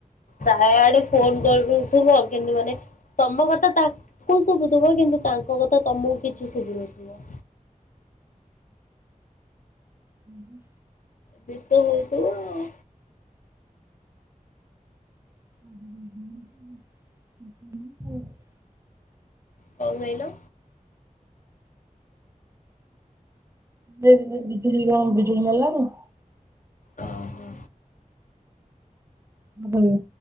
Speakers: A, on the left (about 65°); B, on the right (about 20°).
A: ତା ଆଡୁ ଫୋନ କରିଦେଉଥିବ କିନ୍ତୁ ମାନେ ତମ କଥା ତାଙ୍କୁ ଶୁଭୁଥିବ, କିନ୍ତୁ ତାଙ୍କ ମୋ କଥା ତମକୁ କିଛି ଶୁଭୁ ନଥିବ।
B: ହୁଁ ହୁଁ
A: ଶୀତ ହୋଉଥିବ ଆଉ।
B: <unintelligible>
A: କଣ କହିଲ?
B: ସେ ଯିବେ ବିଜୁଳି କଣ ବିଜୁଳି ନେଲା ନା।
A: ଅ ହୋ।
B: ବୁବୁଲୁ